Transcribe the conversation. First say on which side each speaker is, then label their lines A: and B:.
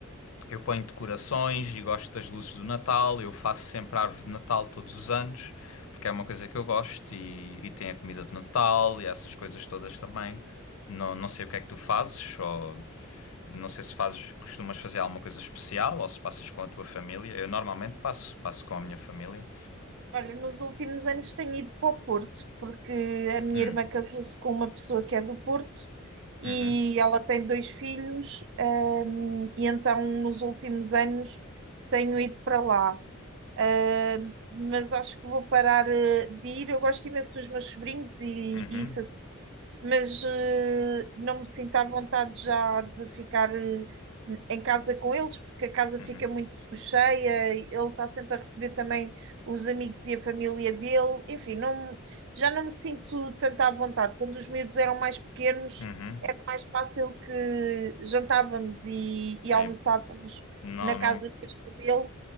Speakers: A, on the left; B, on the right.
A: Eu ponho decorações e gosto das luzes do Natal. Eu faço sempre a árvore de Natal todos os anos, porque é uma coisa que eu gosto e, e tem a comida de Natal e essas coisas todas também. Não, não sei o que é que tu fazes, ou não sei se fazes, costumas fazer alguma coisa especial ou se passas com a tua família. Eu normalmente passo, passo com a minha família.
B: Olha, nos últimos anos tenho ido para o Porto, porque a minha
A: Hum,
B: irmã casou-se com uma pessoa que é do Porto e
A: uhum,
B: ela tem dois filhos, hum, e então nos últimos anos tenho ido para lá. Uh, mas acho que vou parar uh, de ir. Eu gosto imenso dos meus sobrinhos e,
A: uhum,
B: e isso assim, mas uh, não me sinto à vontade já de ficar uh, em casa com eles, porque a casa
A: uhum,
B: fica muito cheia, e ele está sempre a receber também os amigos e a família dele. Enfim, não, já não me sinto tanto à vontade. Quando os miúdos eram mais pequenos,
A: uhum,
B: era mais fácil que jantávamos e,
A: sim.
B: e almoçávamos
A: Não,
B: na casa
A: não,
B: mesmo dele